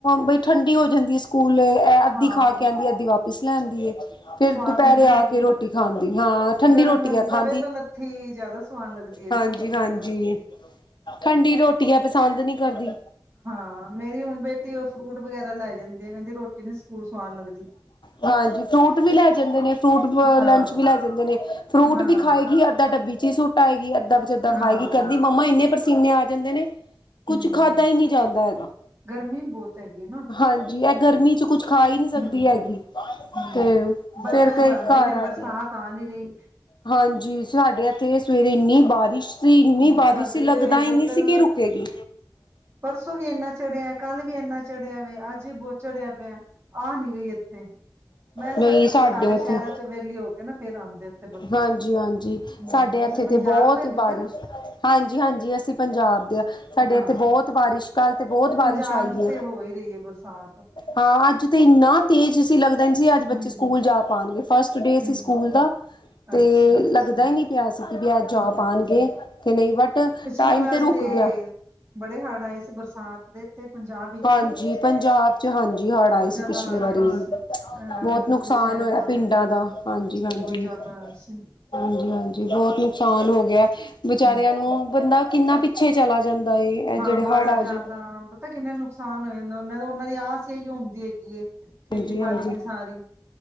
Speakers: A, on the left; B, on the right.
A: ਬਈ ਠੰਡੀ ਹੋ ਜਾਦੀ ਸਕੂਲ ਅਧੀ
B: ਹਾਂ
A: ਖਾ ਕੇ ਅੱਦੀ ਵਾਪਿਸ ਲੈਨਦੀ ਏ, ਫਿਰ
B: ਸਵਾਦ
A: ਦੁਪੈਰੇ
B: ਨੀ ਨਾ
A: ਆ
B: ਲੱਗਦੀ
A: ਕੇ ਰੋਟੀ ਖਾਦੀ ਹਾਂ ਠੰਡੀ
B: ਗਰਮ
A: ਰੋਟੀ
B: ਗਰਮ
A: ਆ ਖਾ
B: ਤਵੇ ਲਥੀ ਜੈਦਾ ਸਵਾਦ ਲਗਦੀ ਏ ਨਾ
A: ਹਾਂਜੀ
B: ਓ
A: ਹਾਂਜੀ
B: ਫੇਰ
A: ਠੰਡੀ ਰੋਟੀਆ ਪਸਾੰਦ ਨੀ ਕਰਦੀ।
B: ਹਾਂ, ਮੇਰੀ ਹੁਨ ਬੇਟੀ ਓ ਫਰੂਟ ਵਗੈਰਾ ਲੈ ਜਾਂਦੀ ਏ, ਕੈਂਦੀ ਰੋਟੀ ਨੀ ਸ ਸਕੂਲ ਸਵਾਦ ਲੱਗਦੀ।
A: ਹਾਂਜੀ, ਫਰੂਟ ਵੀ ਲੈ ਜਾਂਦੇ ਨੇ, ਫਰੂਟ ਵ
B: ਹਾਂ
A: ਲੰਚ ਵੀ ਲੈ ਜਾਂਦੇ ਨੇ, ਫਰੂਟ
B: ਹਾਂ
A: ਵੀ ਖਾਏਗੀ ਅੱਧਾ ਡੱਬੀ ਚ ਈ ਸੁ ਟਾਏਗੀ ਅੱਧਾ ਪਚੱਧਾ
B: ਹਾਂ
A: ਖਾਏਗੀ, ਕੈਂਦੀ ਮੰਮਾ ਏਨੇ ਪਸੀਨੇ ਆ ਜਾਂਦੇ ਨੇ। ਕੁੱਛ
B: ਹਮ
A: ਖਾਧਾ ਈ ਨੀ ਜਾਂਦਾ ਹੈਗਾ,
B: ਗਰਮੀ ਬਹੁਤ ਹੈਗੀ ਨਾ
A: ਹਾਂਜੀ ਐ ਗਰਮੀ ਚ ਕੁੱਛ ਖਾ ਹੀ ਨਹੀਂ ਸਕਦੀ
B: ਹਮ
A: ਹੈਗੀ,
B: ਹਮ
A: ਤੇ
B: ਬੱਦਲ
A: ਫੇਰ ਕਈ
B: ਬਣ
A: ਘਾੱਰ
B: ਰਹੇ ਨੇ
A: ਆ
B: ਬਰਸਾਤ
A: ਕੇ
B: ਆ ਨੀ ਰਹੀ
A: ਹਾਂਜੀ, ਸਾਡੇ ਐਥੇ ਸਵੇਰੇ ਏਨੀ ਬਾਰਿਸ਼ ਵਿ ਇੰਨੀ
B: ਹੂੰ,
A: ਬਾਰਿਸ਼
B: ਸਾਡੇ
A: ਸੀ ਲੱਗਦਾ‌
B: ਤੇ
A: ਈ
B: ਬੱਦਲ
A: ਨੀ ਸੀ ਕੀ ਰੁਕੇਗੀ।
B: ਪਰਸੋਂ ਵੀ ਏਨਾ ਚੜੇਆ, ਕਾੱਲ ਵੀ ਏਨਾ ਚੜੇਆ ਵੇ, ਆੱਜ ਵੀ ਬੋਤ ਚੜੇਆ ਪੇਆ। ਆ ਨੀ ਰਈ ਐਥੇ। ਮੈਂ ਸਾਡੇ
A: ਨਹੀਂ
B: ਤੇ ਸਾਰੇ
A: ਇੱਥੇ
B: ਸ਼ੈਰਾਂ ਚ ਵੇਲੀ ਹੋ ਕੇ ਨਾ ਫੇਰ ਆਦੇਂ ਐਥੇ ਬਦਲ
A: ਹਾਂਜੀ
B: ਹੂੰ,
A: ਹਾਂਜੀ ਸਾਡੇ
B: ਤੁਸੀ
A: ਇੱਥੇ ਤੇ
B: ਪੰਜਾਬ
A: ਬਹੁਤ
B: ਤੋ ਹੈਗੇ
A: ਬਾਰਿਸ਼
B: ਕਯਾ।
A: ਹਾਂਜੀ, ਹਾਂਜੀ ਅਸੀਂ ਪੰਜਾਬ ਦੇ ਹਾਂ। ਸਾਡੇ
B: ਹਾਂ
A: ਐਥੇ ਬੋਤ ਬਾਰਿਸ਼ ਕਾੱਲ ਤੇ ਬੋਤ ਬਾਰਿਸ਼
B: ਪੰਜਾਬ
A: ਆਈ
B: ਚ
A: ਏ,
B: ਤੇ ਹੋ ਹੀ ਰਹੀ ਹੈ ਬਰਸਾਤ
A: ਹਾਂ ਆੱਜ ਤੇ ਇੰਨਾ ਤੇਜ਼ ਸੀ ਲੱਗ ਪੈਂਜੀ ਆੱਜ ਬੱਚੇ
B: ਹਮ
A: ਸਕੂਲ ਜਾ ਪਾਨਗੇ, ਫਸਟ ਡੇ ਸੀ
B: ਹਮ
A: ਸਕੂਲ ਦਾ, ਤੇ
B: ਅੱਛਾ
A: ਲੱਗਦਾ ਈ ਨੀ ਕੇਆ ਸੀ ਵੀ ਆੱਜ
B: ਹਮ
A: ਜਾ ਪਾਨਗੇ, ਕੇ ਨਈ ਬਟ
B: ਪਿਛਲੀ
A: ਟਾਈਮ
B: ਵਾਰ
A: ਰੁਕ
B: ਤੇ,
A: ਗਿਆ।
B: ਬੜੇ ਹਾੜ ਆਏ ਸੀ ਬਰਸ <unintelligible> ਦੇ ਤੇ ਪੰਜਾਬ ਵਿੱਚ,
A: ਹਾਂਜੀ ਪੰਜਾਬ ਚ ਹਾਂਜੀ ਹੜ੍ਹ
B: ਬੋਤ
A: ਆਏ ਸੀ
B: ਜੈਦਾ
A: ਪਿਛਲੀ
B: ਹਾੜ
A: ਵਾਰੀ
B: ਆਏ ਸੀ। ਅਨੰਦਪੁਰ
A: ਬਹੁਤ ਨੁਕਸਾਨ
B: ਸੈਬ,
A: ਹੋਇਆ ਪਿੰਡਾਂ ਦਾ ਹਾਂਜੀ ਹਾਂਜੀ
B: ਬੋਤ ਜੈਦਾ ਸੀ।
A: ਹਾਂਜੀ, ਹਾਂਜੀ ਬੋਤ ਨੁਕਸਾਨ ਹੋਗੇਆ। ਬਚਾਰੇਆਂ
B: ਹਮ
A: ਨੂੰ ਬੰਦਾ ਕਿੰਨਾ ਪਿ ਪਿੱਛੇ ਚਲਾ ਜਾਂਦਾ ਏ ਇਹ
B: ਹਾਂ,
A: ਜਿਹੜੇ
B: ਬੜਾ
A: ਹੜ੍ਹ ਆ
B: ਜੈਦਾ
A: ਜਾਣ
B: ਪਤਾ ਕਿੰਨੇ ਨੁਕਸਾਨ ਹੋਏ ਓਨਾਂ ਦੇ, ਓਨਾਂ ਦੀ ਆਸ ਐਈਓ ਹੁੰਦੀ ਹੈਗੀ ਏ, ਖੇਤੀਬਾੜੀ
A: ਹਾਂਜੀ ਹਾਂਜੀ
B: ਦੀ ਸਾਰੀ।